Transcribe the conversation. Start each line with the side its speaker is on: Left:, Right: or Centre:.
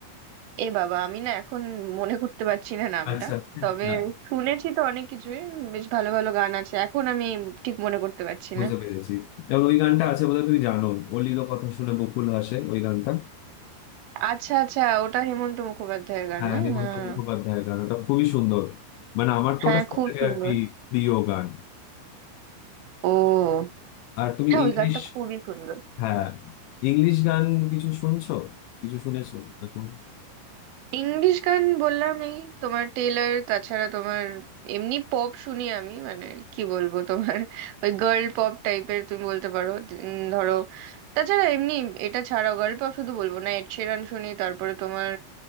Right: এ বাবা আমি না এখন মনে করতে পারছি না নামটা
Left: আচ্ছা
Right: তবে
Left: হ্যাঁ,
Right: শুনেছি তো অনেক কিছুই উম, বেশ ভালো ভালো গান আছে এখন আমি ঠিক মনে করতে পারছি
Left: বুঝতে
Right: না
Left: পেরেছি যেমন ওই গানটা আছে বোধহয় তুমি জানো অলির কথা শুনে বকুল হাসে ওই গানটা
Right: আচ্ছা আচ্ছা ওটা হেমন্ত মুখোপাধ্যায়ের গান
Left: হ্যাঁ
Right: না
Left: হেমন্ত
Right: হ্যাঁ
Left: মুখোপাধ্যায়ের গান ওটা খুবই সুন্দর মানে আমার তো
Right: হ্যাঁ
Left: ওটা সব
Right: খুব
Left: থেকে
Right: সুন্দর
Left: আর কি প্রিয় গান
Right: ও
Left: আর তুমি
Right: হ্যাঁ
Left: ইংলিশ
Right: ওই গানটা খুবই সুন্দর
Left: হ্যাঁ ইংলিশ গান কিছু শুনছো কিছু শুনেছো এখন
Right: ইংলিশ গান বললাম এই তোমার টেইলার তাছাড়া তোমার এমনি পপ শুনি আমি মানে কি বলবো তোমার ওই গার্ল পপ টাইপের তুমি বলতে পারো উম, ধরো তাছাড়া এমনি এটা ছাড়াও গার্ল পপ শুধু বলবো না এড শিরান শুনি তারপরে তোমার